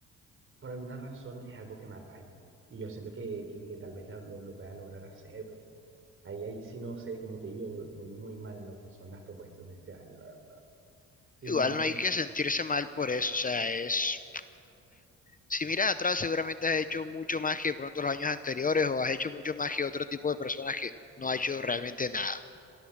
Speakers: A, on the right; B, on the left.
A: por alguna razón es algo que me atrae. Y yo siento que, que, que tal vez la- lo, lo pueda lograr hacer, pero ahí, ahí sí no sé, como te digo, voy muy mal en lo que son las propuestas de este año, la verdad. Y
B: Igual
A: más, me-
B: no hay que sentirse mal por eso, o sea, es Si miras atrás, seguramente has hecho mucho más que de pronto los años anteriores o has hecho mucho más que otro tipo de personas que no ha hecho realmente nada. O